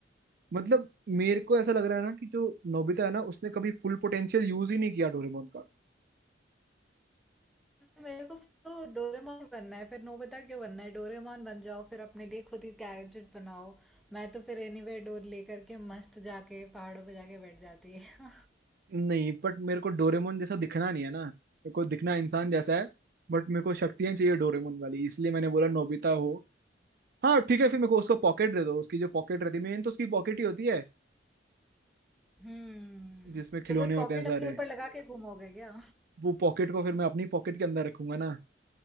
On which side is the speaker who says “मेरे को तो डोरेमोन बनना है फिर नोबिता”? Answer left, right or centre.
Centre